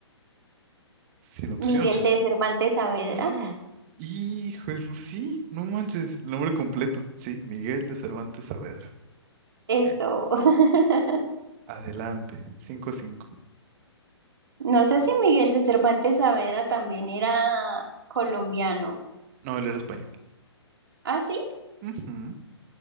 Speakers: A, on the right; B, on the right.
A: Sin opciones.
B: Miguel de Cervantes Saavedra.
A: Ah, hijo eso sí, no manches. El nombre completo. Sí, Miguel de Cervantes Saavedra.
B: Eso.
A: Él.
B: <laughs>
A: Adelante. cinco cinco,
B: No sé si Miguel de Cervantes Saavedra también era colombiano.
A: No, él era español.
B: Ah, sí.
A: Ujú.